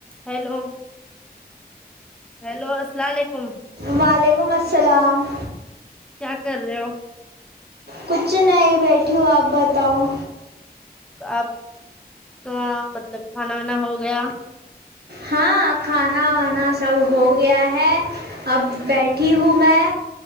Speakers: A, in the centre; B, on the right (about 75°).
A: ہیلو ہیلو السلام علیکم
B: وعلیکم السلام
A: کیا کر رہے ہو
B: کچھ نہیں بیٹھی ہو آپ بتاؤ
A: آپ کہاں مطلب کھانا وانا ہو گیا
B: ہاں کھانا وانا سب ہو گیا ہے اب بیٹھی ہوں میں